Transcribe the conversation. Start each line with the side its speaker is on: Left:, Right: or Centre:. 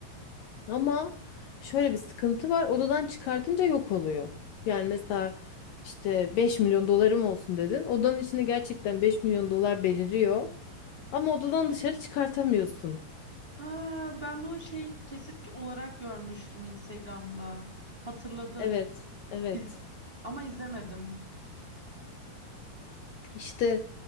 Left: Ama şöyle bir sıkıntı var. Odadan çıkartınca yok oluyor. Yani mesela işte 5 milyon dolarım olsun dedin. Odanın içinde gerçekten 5 milyon dolar beliriyor. Ama odadan dışarı çıkartamıyorsun.
Right: Ha, ben bunu şey kesit olarak görmüştüm Instagram'da. Hatırladım.
Left: Evet, evet.
Right: İz- ama izlemedim.
Left: İşte